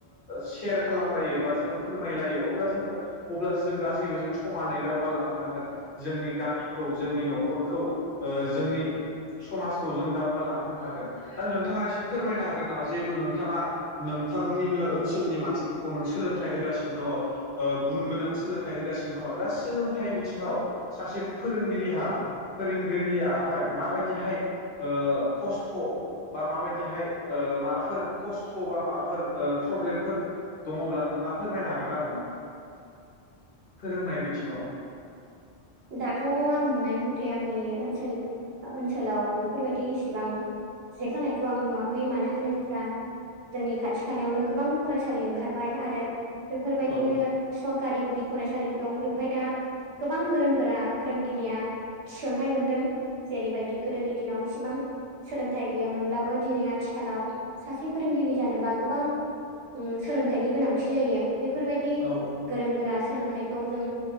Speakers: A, on the left (about 50°); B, on the right (about 65°).
A: सेयार खालामलायो बा जोङो फोरमायलायो अब्ला जोङो अब्लासो जों गासैबो जों समानै दावगालांनो हागोन। जोंनि गामिखौ जोंनि न'खरखौ जोंनि समाजखौ जों दावगालांहोनो हागोन दा नोंथाङा एसे फोरमायनो हागोन नामा जिहेथु नोंथाङा नोंथांनिनो ओनसोलनि मानसिफोरखौ नों सोलोंथाइ होगासिनो दङ। गुन गोनां सोलोंथाइ होगासिनो दङ दा सोलोंथाइ बिथिङाव सासे फोरोंगिरिहा फोरोंगिरियाहाय माबायदि बिदिहाय खस्थ' बा माबायदिहाय माबाफोर खस्थ' बा माबाफोर प्रब्लेमफोर दङब्ला नोंथाङा फोरमायनो हागोन आरोना फोरोंनाय बिथिङाव
B: दाथ' आं नुनाय मथे आंनि ओनसोल ओनसोलाव बेफोरबायदि इसेबां जेक जानायखौ आं नुवाखै मानो होनोब्ला जोंनि खाथि खालायावनो गोबां फरायसालि ओंखारबाय आरो बेफोरबायदिनो
A: औ
B: सरकारि गुदि फरायसालिबो दं बेवहाय दा गोबां गोरों गोरा फोरोंगिरिया थिसनथायाइ मोनदों जेरैबायदि गोदोनि दिनाव इसिबां सोलोंथाइ गैयामोनब्लाबो दिनै आथिखालाव सासे फोरोंगिरि जानोबा गोबां सोलोंथाइनि गोनांथि जायो बेफोरबायदि बि
A: औ औ
B: गोरों गोरा सोलोंथाइखौ जों